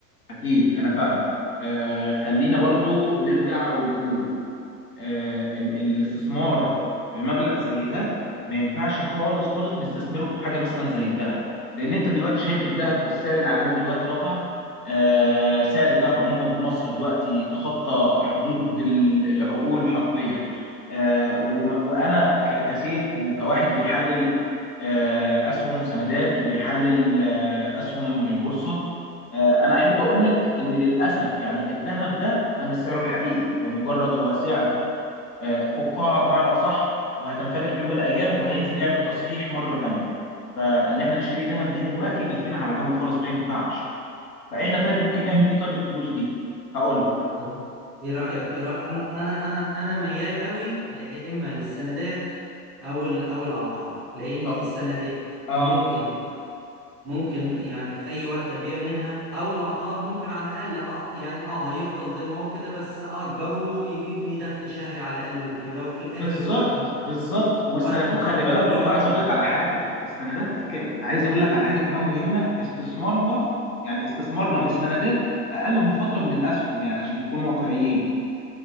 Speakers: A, on the left; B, in the centre.
A: أكيد أنا فاهمك آه خلينا برضو نرجع ونقول آه إن الاستثمار في مبلغ زي ده ما ينفعش خالص خالص نستثمره في حاجة مثلا زي الذهب لأن أنت دلوقتي شايف الذهب السعر العالمي دلوقتي رفع آه سعر الذهب عموما في مصر دلوقتي تخطى حدود ال- العقول حرفيا آه وم- وأنا ك- كسيف وكواحد بيحلل آه أسهم وسندات وبيحلل آه أسهم البورصة آه، انا احب اقول لك ان للاسف يعني الذهب ده ده مش سعره الحقيقي هو مجرد هو سعر آه، فقاعه بمعنى اصح وهتنفجر في يوم من الايام وهينزل يعمل تصحيح مره تانية فان احنا نشتري ذهب دي دلوقتي نركنها على جنب خالص ما ينفعش فاحنا طيب ممكن نعمل ايه طيب بالفلوس دي هقول لك
B: طب ايه رايك ايه رأيك؟ انا انا انا انا ميال قوي لا اما للسندات او ال- او العقار لان
A: طب
B: السندات
A: اه
B: ممكن ممكن يعني في اي وقت ابيع منها او العقار ممكن على الاقل آه، يعني اه هيفضل زي ما هو كده بس اجره يجيب لي دخل شهري على الاقل وكده وفي الاخر
A: بالظبط
B: وقت ما
A: بالظبط والسندات
B: وقت ما افكر
A: خلي بالك
B: ابيعه
A: برضو عايز اقول
B: أجيب.
A: لك على حاجه السندات أك... عايز اقول لك على حاجه كمان مهمه استثمارها يعني استثمارنا في السندات اقل مخاطره من الاسهم يعني عشان نكون واقعيين